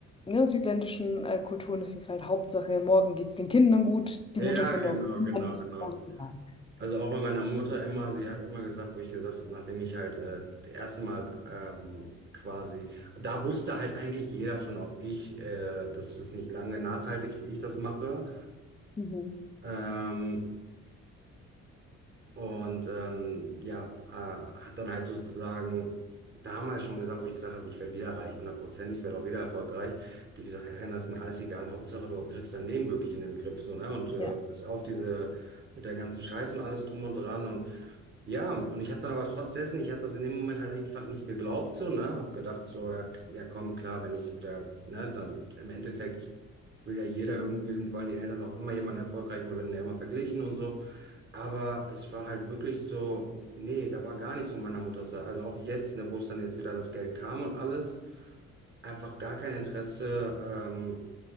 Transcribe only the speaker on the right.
Ja,
genau,
genau,
genau.
Also auch bei meiner Mutter immer, sie hat immer gesagt, wo ich gesagt habe, nachdem ich halt äh, das erste Mal ähm, quasi, da wusste halt eigentlich jeder schon, auch ich, äh, das ist nicht lange nachhaltig, wie ich das mache.
Ähm, Und ähm, ja, ha- hat dann halt sozusagen damals schon gesagt, wo ich gesagt habe, ich werde wieder reich, hundertprozentig, ich werde auch wieder erfolgreich. Die gesagt, Erin, das ist mir alles egal, Hauptsache du kriegst dein Leben wirklich in den Griff, so, ne? Und äh,
bis auf diese, mit der ganzen Scheiße und alles drum und dran. Und ja, und ich habe dann aber trotz dessen, ich habe das in dem Moment halt eigentlich fast nicht geglaubt, so, ne? Hab gedacht, so, ja, k- ja komm, klar, wenn ich wieder, ne, dann im Endeffekt will ja jeder irgendwie, wollen die Eltern auch immer jemanden erfolgreich, man wird ja immer verglichen und so. Aber es war halt wirklich so, nee, da war gar nichts von meiner Mutter da. Also auch jetzt, ne, wo es dann jetzt wieder das Geld kam und alles, einfach gar kein Interesse, ähm,